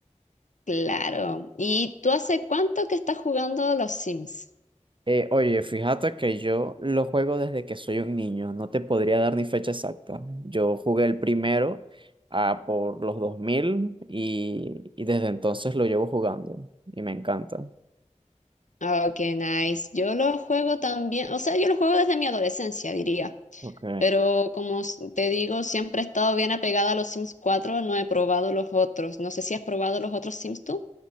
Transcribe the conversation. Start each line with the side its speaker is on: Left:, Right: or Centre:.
Left: Claro. ¿Y tú hace cuánto que estás jugando los Sims?
Right: Eh, oye, fíjate que yo lo juego desde que soy un niño, no te podría dar ni fecha exacta. Yo jugué el primero ah, por los 2000 y, y desde entonces lo llevo jugando y me encanta.
Left: Oh, qué nice. Yo lo juego también, o sea, yo lo juego desde mi adolescencia, diría.
Right: Ok.
Left: Pero como s- te digo, siempre he estado bien apegada a los Sims cuatro no he probado los otros. No sé si has probado los otros Sims tú.